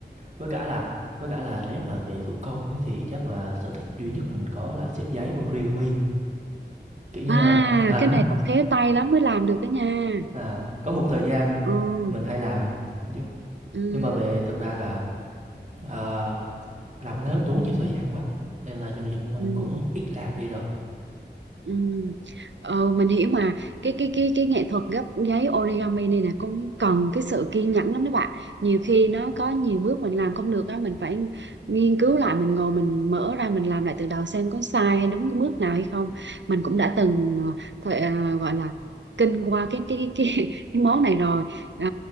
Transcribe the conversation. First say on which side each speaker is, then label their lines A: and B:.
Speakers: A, on the right (about 40°); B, on the right (about 80°).
A: với cả là với cả là nếu mà về thủ công ấy thì chắc là sở thích duy nhất mình có là xếp giấy origami. Kiểu như
B: à
A: là à,
B: cái
A: đó,
B: này cũng khéo tay lắm mới làm được cái nha
A: à, có một thời gian
B: ừ
A: mình hay làm, nhưng
B: ừ
A: nhưng mà về thực ra là, ờ, làm cái đó tốn nhiều thời gian quá, nên là dần dần mình
B: ừ
A: cũng ít làm đi rồi.
B: Ừ. Ờ, mình hiểu mà cái cái cái cái nghệ thuật gấp giấy origami này nè cũng cần cái sự kiên nhẫn lắm đó bạn nhiều khi nó có nhiều bước mình làm không được á mình phải nghiên cứu lại mình ngồi mình mở ra mình làm lại từ đầu xem có sai hay đúng cái bước nào hay không mình cũng đã từng ờ, thời, ờ, gọi là kinh qua cái cái cái cái, <laughs> cái món này rồi Ờ,